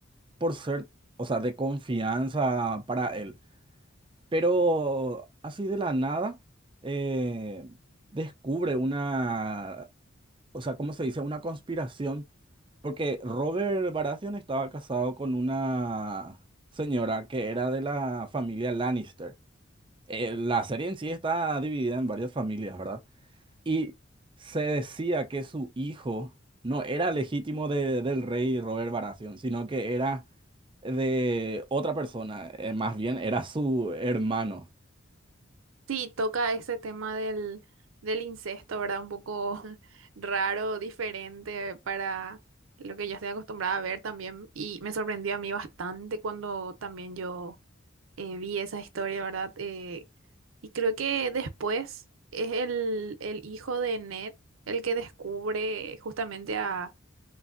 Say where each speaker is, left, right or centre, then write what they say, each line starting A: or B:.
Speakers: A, on the right (about 25°); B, on the right (about 85°).
A: por ser, o sea, de confianza para él. Pero así de la nada, eh, descubre una o sea, ¿cómo se dice? Una conspiración, porque Robert Baratheon estaba casado con una señora que era de la familia Lannister. Eh, la serie en sí está dividida en varias familias, ¿verdad? Y se decía que su hijo no era legítimo de- del rey Robert Baratheon, sino que era de otra persona, eh, más bien era su hermano.
B: Sí, toca ese tema del, del incesto, ¿verdad? Un poco <laughs> raro, diferente para lo que yo estoy acostumbrada a ver también. Y me sorprendió a mí bastante cuando también yo eh, vi esa historia, ¿verdad? Eh, y creo que después es el, el hijo de Ned el que descubre justamente a,